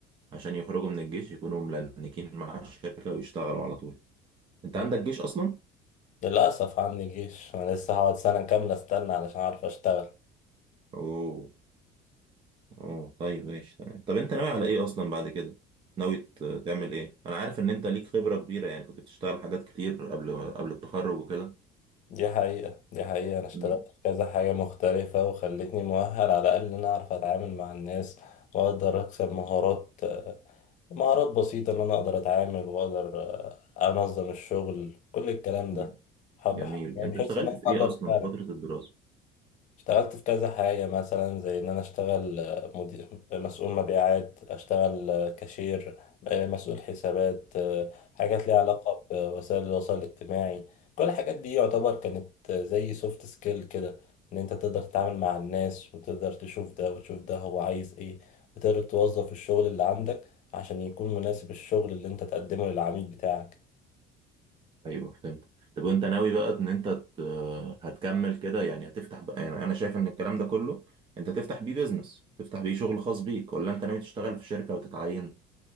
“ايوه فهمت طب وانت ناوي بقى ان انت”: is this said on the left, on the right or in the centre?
Right